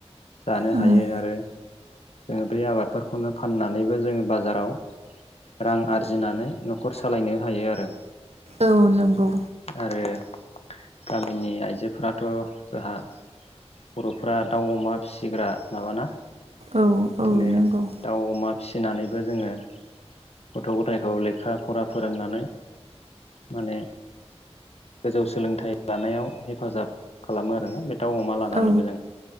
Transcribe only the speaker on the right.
उम
औ नंगौ।
औ
औ नंगौ
औ